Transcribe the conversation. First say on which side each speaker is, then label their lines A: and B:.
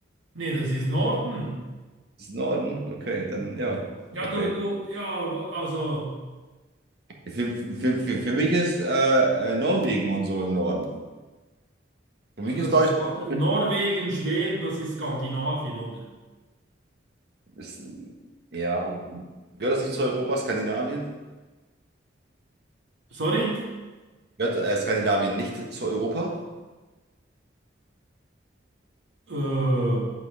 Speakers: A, on the right (about 80°); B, on the right (about 60°).
A: Nee, das ist Norden.
B: Ist Norden? Okay, dann ja.
A: Ja,
B: Okay.
A: du, du, ja, also,
B: Für, für, für, für mich ist äh, äh, Norwegen und so im Norden. Für
A: also
B: mich ist
A: das
B: Deutschland.
A: ist Nor- Norwegen, Schweden, das ist Skandinavien, oder?
B: Ist, ja, gehört das nicht zu Europa, Skandinavien?
A: Sorry?
B: Gehört äh, Skandinavien nicht zu Europa?
A: Äh,